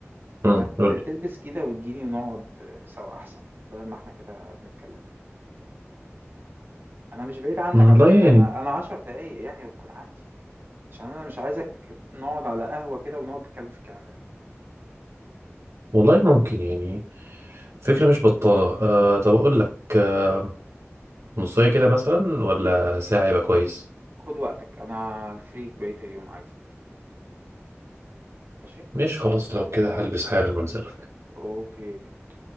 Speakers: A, on the right; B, on the right.
A: مم.
B: ما
A: قول
B: ت- تلبس
A: لي.
B: كده وتجيني ونقعد آه، سوا احسن بدل ما احنا كده بنتكلم انا مش بعيد عنك
A: والله
B: على فكره
A: يعني
B: انا انا 10 دقايق يعني وتكون عندي عشان انا مش عايزك نقعد على قهوه كده ونقعد نتكلم في الكلام ده
A: والله ممكن يعني فكرة مش بطالة آه طب أقول لك آه نصاية كده مثلا ولا ساعة يبقى كويس
B: خد وقتك انا فري بقيه اليوم عادي ماشي
A: ماشي خلاص لو كده هلبس حالا وانزلك
B: اوكي جميل